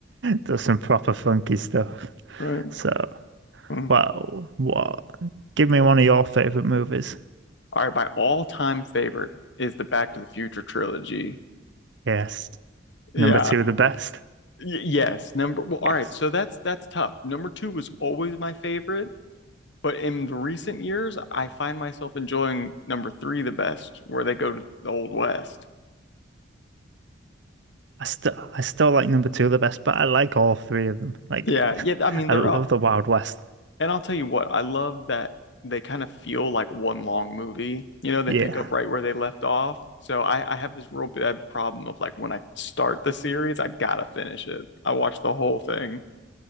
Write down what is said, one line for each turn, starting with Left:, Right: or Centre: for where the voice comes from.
Right: there's some proper funky stuff.
Left: right?
Right: So.
Left: Mm.
Right: Well, what? Give me one of your favorite movies.
Left: All right, my all-time favorite is the Back to the Future trilogy.
Right: Yes.
Left: Yeah.
Right: Number two, the best.
Left: Y- yes, number well, all
Right: Yes.
Left: right, so that's that's tough. Number two was always my favorite. But in the recent years, I find myself enjoying number three the best, where they go to the Old West.
Right: I still, I still like number two the best, but I like all three of them. Like,
Left: Yeah, yeah. I mean,
Right: I
Left: they're
Right: love
Left: all,
Right: the Wild West.
Left: and I'll tell you what, I love that they kind of feel like one long movie. You know, they
Right: Yeah.
Left: pick up right where they left off. So I, I have this real bad problem of like when I start the series, I gotta finish it. I watch the whole thing. <laughs>